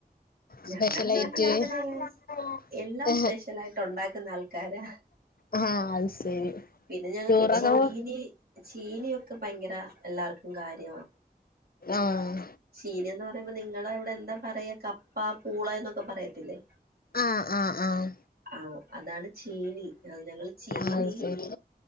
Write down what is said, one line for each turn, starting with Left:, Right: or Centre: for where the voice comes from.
Left: സ്പെഷ്യലായിട്ട്
Right: ഞങ്ങടെ നാട്ടിൽ അങ്ങനെ
Left: <unintelligible>
Right: എല്ലാം സ്പെഷ്യലായിട്ട് ഉണ്ടാക്കുന്ന ആൾക്കാരാ
Left: ആഹ് അത് ശരി.
Right: പിന്നെ ഞങ്ങൾക്ക്
Left: ടൂറൊക്കെ
Right: ചീനീ
Left: പോ
Right: ചീനൊക്കെ ഭയങ്കര എല്ലാർക്കും കാര്യമാ.
Left: ആഹ്
Right: ചീനിന്ന് പറയുമ്പോ നിങ്ങളുടെ അവിടെ എന്താ പറയാ? കപ്പ പൂള എന്നൊക്കെ പറയത്തില്ലേ?
Left: ആഹ് ആഹ് ആഹ്
Right: ആഹ്‌ അതാണ് ചീനി ഞങ്ങള് ചീനി.
Left: അത് ശരി